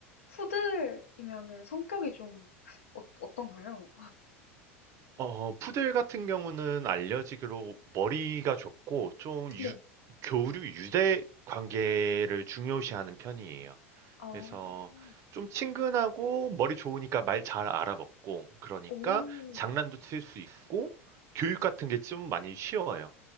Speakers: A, on the left (about 75°); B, on the right (about 40°).
A: 푸들이면은 성격이 좀 어, 어떤가요?
B: 어 푸들 같은 경우는 알려지기로 머리가 좋고 좀 유-
A: 네.
B: 교류 유대 관계를 중요시하는 편이에요.
A: 어.
B: 그래서 좀 친근하고 머리 좋으니까 말 잘 알아먹고 그러니까
A: 오.
B: 장난도 칠 수 있고 교육 같은 게 좀 많이 쉬워요.